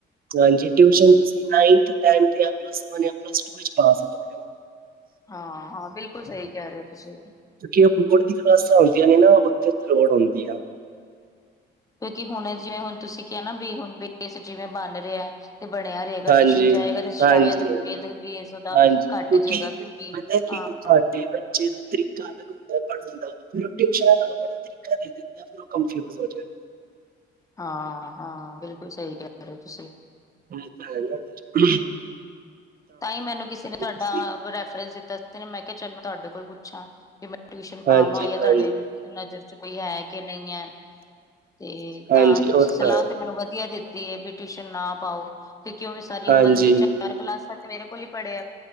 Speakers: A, on the right; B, on the left.
A: ਹਾਂਜੀ ਟਿਊਸ਼ਨ ਤੁਸੀ ਨਾਇੰਥ, ਟੈਂਠ ਯਾਂ ਪਲੱਸ ਵੰਨ ਯਾ ਪਲੱਸ ਟੂ ਵਿੱਚ ਪਾ ਸਕਦੇ ਹੋ।
B: ਹਾਂ-ਹਾਂ, ਬਿਲਕੁਲ ਸਈ ਕੈ ਰਏ ਓਂ ਤੁਸੀਂ।
A: ਕਿਓਂਕਿ ਓ ਬੋਰਡ ਦੀ ਕਲਾਸਾਂ ਹੁੰਦੀਆਂ ਨੇ ਨਾ ਓਥੇ ਲੋੜ ਹੁੰਦੀ ਆ।
B: ਕਿਉਂਕਿ ਹੁਣ ਜਿਵੇਂ ਹੁਣ ਤੁਸੀਂ ਕਿਹਾ ਨਾ ਵੀ ਹੁਣ ਬੇਸ ਜਿਵੇਂ ਬਣ ਰਿਆ। ਤੇ ਬਣਿਆ ਰਹੇਗਾ
A: ਹਾਂਜੀ,
B: ਟਿਊਸ਼ਨ ਜਾਏਗਾ ਤੇ ਸ਼ਾਇਦ
A: ਹਾਂਜੀ।
B: ਬੇ ਬੇਸ ਓਦਾ
A: ਹਾਂਜੀ,
B: ਘੱਟ ਜੇ ਗਾ ਕਿਉਂਕਿ
A: ਪਤਾ ਕੀ
B: ਹਾਂ
A: ਤੁਹਾਡੇ ਬੱਚੇ ਦਾ ਤਰੀਕਾ ਅਲੱਗ ਹੁੰਦਾ ਐ ਪੜ੍ਹਨ ਦਾ ਫਿਰ ਟਿਊਸ਼ਨ ਅਲੱਗ ਆਪਣਾ ਤਰੀਕਾ ਦੇ ਦਿੰਦਾ। ਫਿਰ ਉਹ ਕੰਫਿਊਜ਼ ਹੋ ਜੇ ਗਾ।
B: ਹਾਂ-ਹਾਂ, ਬਿਲਕੁਲ ਸਹੀ ਕਹਿ ਰੇ ਔ ਤੁਸੀਂ
A: ਹੋਲੇ।
B: ਤਾਂ ਹੀ ਮੈਨੂੰ ਕਿਸੇ ਨੇ ਤੁਹਾਡਾ
A: ਤੁਸੀਂ
B: ਰੈਫਰੈਂਸ ਦਿੱਤਾ। ਕਿਸੇ ਨੇ ਮੈਂ ਕਿਹਾ ਚਲ ਮੈਂ ਤੁਹਾਡੇ ਕੋਲ ਪੁੱਛਾਂ ਵੀ ਮੈਂ ਟਿਊਸ਼ਨ ਪਾਵਾਂ
A: ਹਾਂਜੀ,
B: ਜਾਂ ਤਾਡੇ
A: ਹਾਂਜੀ,
B: ਨਜ਼ਰ ਚ ਕੋਈ ਹੈ ਕਿ ਨਹੀਂ ਐ, ਤੇ
A: ਹਾਂਜੀ
B: ਤਾਂ ਤੁਸੀਂ
A: ਉਹ
B: ਸਲਾਹ
A: ਤਾਂ ਹੈ,
B: ਤੇ ਮੈਨੂੰ ਵਧੀਆ ਦਿੱਤੀ ਐ ਵੀ ਟਿਊਸ਼ਨ ਨਾ ਪਾਓ, ਕਿਉਂਕਿ ਉਹ ਵੀ ਸਾਰੀ
A: ਹਾਂਜੀ,
B: ਔ ਮਤਲਬ ਕਿ ਚਾਰ ਕਲਾਸ ਮੇਰੇ ਕੋਲ ਈ ਪੜ੍ਹਿਆ